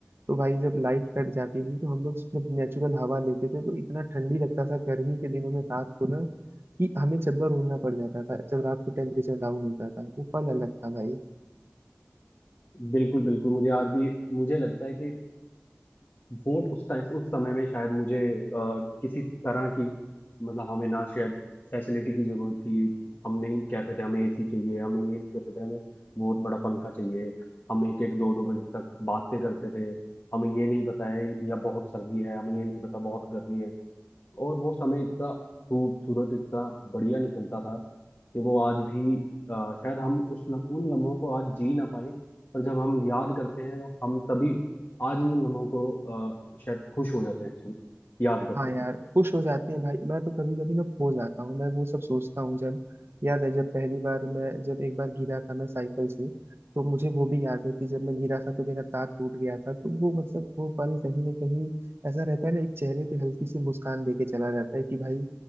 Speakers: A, on the right; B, on the left.
A: तो भाई जब लाइट कट जाती थी तो हम लोग जब नेचुरल हवा लेते थे तो इतना ठंडी लगता था गर्मी के दिनों में रात को ना कि हमें चद्दर ओढ़ना पड़ जाता था जब रात को टेम्परेचर डाउन होता था वो पल अलग था भाई
B: बिल्कुल बिल्कुल मुझे आज भी मुझे लगता है कि वोट उस टाइम उस समय में शायद मुझे अ, किसी तरह की मतलब हमें ना शायद फैसिलिटी की जरूरत थी हम नहीं कहते थे हमें एसी चाहिए हमें ये नहीं कहते थे हमें बहुत बड़ा पंखा चाहिए हम एक एक दो दो बजे तक बातें करते थे हमें ये नहीं पता है या बहुत सर्दी है हमें ये नहीं पता बहुत गर्मी है और वो समय इतना खूबसूरत इतना बढ़िया निकलता था कि वो आज भी अ, शायद हम उस लम, उन लम्हों को आज जी ना पाए पर जब हम याद करते हैं तो हम तभी आज भी उन लम्हों को अ, शायद खुश हो जाते हैं सुन याद करके
A: हाँ यार खुश हो जाते हैं भाई मैं तो कभी कभी ना खो जाता हूँ मैं वो सब सोचता हूँ जब याद है जब पहली बार मैं जब एक बार गिरा था मैं साइकिल से तो मुझे वो भी याद है कि जब मैं गिरा था तो मेरा दांत टूट गया था तो वो मतलब वो पल कहीं ना कहीं ऐसा रहता है ना एक चेहरे पे हल्की सी मुस्कान देके चला जाता है कि भाई